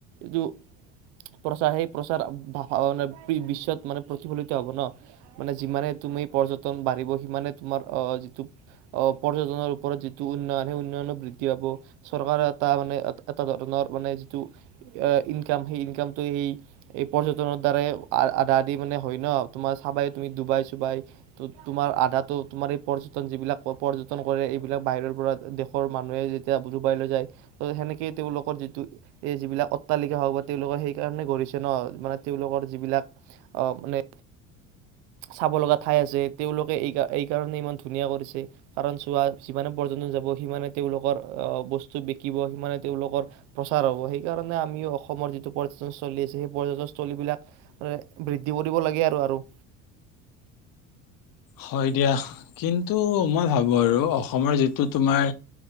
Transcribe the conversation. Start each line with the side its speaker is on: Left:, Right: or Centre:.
Right: যিটো, প্ৰচাৰ সেই প্ৰচাৰ মানে বিশ্বত মানে প্ৰতিফলিত হ'ব ন? মানে যিমানে তুমি পৰ্যটন বাঢ়িব সিমানে তোমাৰ আ যিটো আ পৰ্যটনৰ ওপৰত যিটো উন্নয়ন সেই উন্নয়নো বৃদ্ধি পাব। চৰকাৰৰ এটা মানে এটা ধৰণৰ মানে যিটো ইনকাম, সেই ইনকামটো সেই এই পৰ্যটনৰ দ্বাৰাই আধাদি মানে হয় ন? তোমাৰ চাবাই তুমি ডুবাই-চুবাই, ত' তোমাৰ আধাটো তোমাৰ এই পৰ্যটন যিবিলাক পৰ্যটন কৰে, এইবিলাক বাহিৰৰ পৰা দেশৰ মানুহে যেতিয়া ডুবাইলৈ যায়। ত' সেনেকে তেওঁলোকৰ যিটো এই যিবিলাক অট্টালিকা হওক বা তেওঁলোকে সেইকাৰণে গঢ়িছে ন? মানে তেওঁলোকৰ যিবিলাক আ মানে চাব লগা ঠাই আছে। তেওঁলোকে এই-এইকাৰণে ইমান ধুনীয়া কৰিছে। কাৰণ চোৱা, যিমানে পৰ্যটন যাব সিমানে তেওঁলোকৰ আ বস্তু বিকিব, সিমানে তেওঁলোকৰ প্ৰচাৰ হ'ব। সেইকাৰণে আমিও অসমৰ যিটো পৰ্যটনস্থলী আছে, সেই পৰ্যটনস্থলীবলাক বৃদ্ধি কৰিব লাগে। আৰু-আৰু
Left: হয় দিয়া। কিন্তু মই ভাবো আৰু, অসমৰ যিটো তোমাৰ